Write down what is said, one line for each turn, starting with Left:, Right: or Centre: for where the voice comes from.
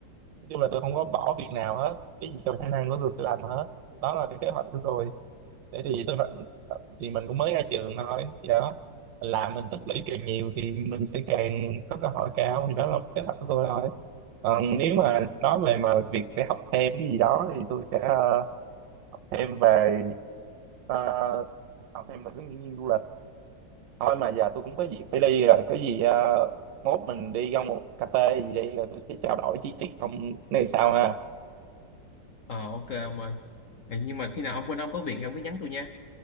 Right: chung là tôi không có bỏ việc nào hết cái gì trong khả năng của tôi tôi làm hết đó là cái kế hoạch của tôi để thì tôi thì mình cũng mới ra trường thôi thì đó mình làm mình tích lũy càng nhiều thì mình sẽ càng có cơ hội cao thì đó là kế hoạch của tôi thôi còn nếu mà nói về mà việc sẽ học thêm cái gì đó thì tôi sẽ ờ, học thêm về ờ, học thêm về hướng dẫn viên du lịch thôi mà giờ tôi cũng có việc phải đi rồi có gì ờ, mốt mình đi ra một cà phê gì đi rồi tôi sẽ trao đổi chi tiết không này sao ha
Left: ờ ok ông ơi Ờ, nhưng mà khi nào ông quên ông có việc thì ông cứ nhắn tôi nha